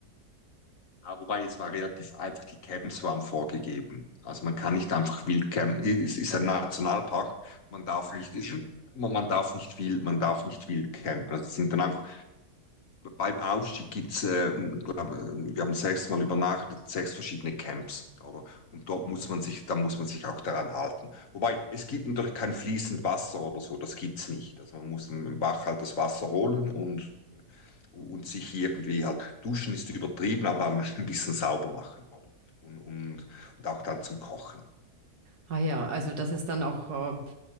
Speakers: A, on the left; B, on the right.
A: Ja, wobei es war relativ einfach, die Camps waren vorgegeben. Also man kann nicht einfach wild campen. Es ist ein Nationalpark, man darf nicht, man man darf nicht wild, man darf nicht wild campen. Das sind dann einfach, beim Aufstieg gibt's, äh, glaub, wir haben sechsmal übernachtet, sechs verschiedene Camps, oder? Und dort muss man sich, da muss man sich auch daran halten. Wobei, es gibt natürlich kein fließend Wasser oder so, das gibt's nicht. Also man muss im Bach halt das Wasser holen und und sich irgendwie halt duschen ist übertrieben, aber <laughs> ein bisschen sauber machen, oder? Und, und, und auch dann zum Kochen.
B: Ah ja, also das ist dann auch äh,